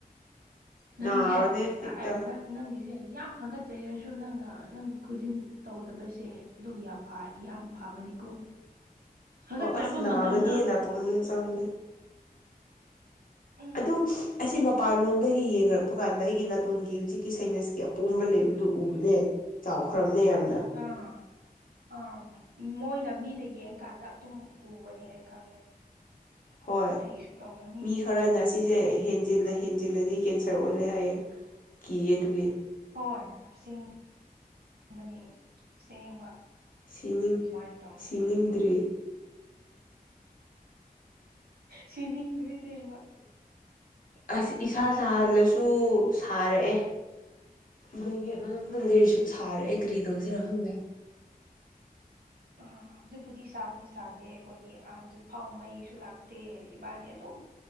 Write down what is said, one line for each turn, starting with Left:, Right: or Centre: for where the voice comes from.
Right: ꯅꯪꯖꯦꯅ
Left: ꯅꯥꯕꯅꯦ ꯍꯦꯛꯇ
Right: ꯅꯪꯒꯤꯁꯦ ꯌꯥꯝ ꯍꯥꯒꯠꯆꯩꯔꯁꯨ ꯅꯪꯅ ꯅꯪ ꯈꯨꯖꯤꯟ ꯇꯧꯗꯕꯁꯦ ꯑꯗꯨꯝ ꯌꯥꯝ ꯐꯕꯅꯤꯀꯣ
Left: <inaudible>
Right: ꯍꯥꯒꯠꯆꯕ
Left: ꯍꯣꯏ ꯑꯁ ꯅꯥꯒꯅꯤꯌꯦ
Right: ꯃꯇꯝꯗ
Left: ꯅꯄ ꯃꯅꯨꯡꯅꯨꯡ ꯆꯪꯗꯦ
Right: ꯎꯝ
Left: ꯑꯗꯨꯝ ꯑꯁꯤ ꯃꯄꯥꯟꯂꯣꯝꯗꯒꯤ ꯌꯦꯡꯔꯛꯄ ꯀꯥꯟꯗ ꯑꯩꯒꯤ ꯅꯥꯇꯣꯟꯒꯤ ꯍꯧꯖꯤꯛꯀꯤ ꯁꯥꯏꯅꯁꯀꯤ ꯑꯄꯣꯝꯕ ꯂꯩꯕꯗꯨ ꯎꯕꯅꯦ ꯆꯥꯎꯈ꯭ꯔꯕꯅꯦ ꯌꯥꯝꯅ
Right: ꯑꯥ ꯑꯥ ꯃꯣꯏꯅ ꯃꯤꯅ ꯌꯦꯡꯀꯥꯟꯗ ꯑꯗꯨꯝ ꯎꯕꯅꯤ ꯑꯩ ꯈꯪꯉꯦ
Left: ꯍꯣꯏ
Right: ꯑꯩꯁꯨ ꯇꯧꯕꯅꯦ
Left: ꯃꯤ ꯈꯔꯅ ꯁꯤꯁꯦ ꯍꯦꯟꯖꯤꯜꯂ ꯍꯦꯟꯖꯤꯜꯂꯗꯤ ꯀꯦꯟꯁꯔ ꯑꯣꯜꯂꯦ ꯍꯥꯏꯌꯦꯦ ꯀꯤꯌꯦ ꯑꯗꯨꯒꯤ
Right: ꯍꯣꯏ ꯑꯁꯦꯡꯕꯅꯤ ꯑꯁꯦꯡꯕ
Left: ꯁꯤꯅꯤꯡ
Right: ꯁꯨꯃꯥꯏꯅ ꯇꯧꯕꯅꯦ
Left: ꯁꯤꯅꯤꯡꯗ꯭ꯔꯤ
Right: ꯁꯤꯅꯤꯡꯗ꯭ꯔꯦ ꯌꯦꯡꯕ
Left: ꯑꯁ ꯏꯁꯥ ꯁꯥꯍꯜꯂꯁꯨ ꯁꯥꯔꯛꯑꯦ ꯕ꯭ꯂꯦꯡꯀꯦꯠ ꯃꯅꯨꯡꯗ ꯂꯩꯁꯨ ꯁꯥꯔ ꯑꯦꯒ꯭ꯔꯤ ꯇꯧꯁꯤꯔꯛꯐꯝꯪꯗꯦ <inaudible>
Right: ꯑ ꯍꯧꯖꯤꯛꯄꯨꯗꯤ ꯁꯥꯕꯨꯗꯤ ꯁꯥꯗꯦ ꯑꯩꯈꯣꯏꯗꯤ ꯍꯧꯖꯤꯛ ꯐꯥꯎ ꯃꯩꯁꯨ ꯂꯥꯛꯇꯦ ꯏꯕꯥꯅꯤ ꯑꯗꯨꯝ